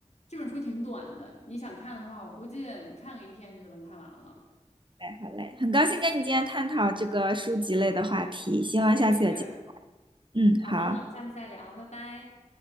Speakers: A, on the left; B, on the right.
A: 这本书挺短的，你想看的话，我估计你看个一天就能看完了。
B: 哎，好嘞，很高兴跟你今天探讨这个书籍类的话题，希望下次有机
A: 我也是。
B: 会，嗯，
A: 好的，
B: 好。
A: 那我们下次再聊，拜拜。